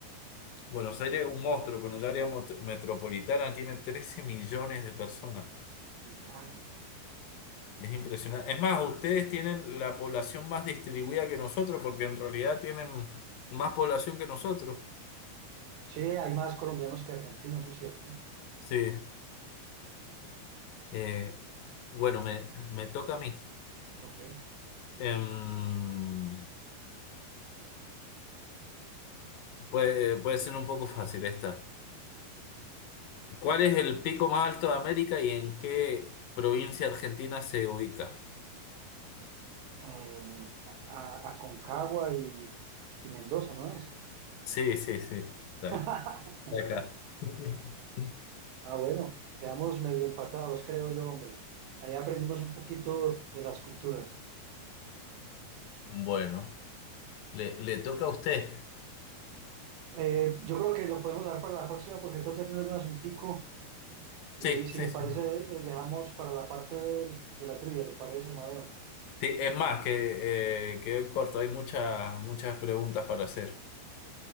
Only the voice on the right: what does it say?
muy grande.
Sí, hay más colombianos que argentinos, eso es cierto.
Eso
sí.
Ok.
Eh, a, a- Aconcagua y, y Mendoza, ¿no es?
<laughs>
Ah, bueno, quedamos medio empatados, creo yo, hombre. Ahí aprendimos un poquito de las culturas.
Eh, yo creo que lo podemos dar para la próxima porque tengo que atender un asuntico y
si
le
parece, eh, dejamos para la parte del- de, la trivia, ¿le parece, Amadeo?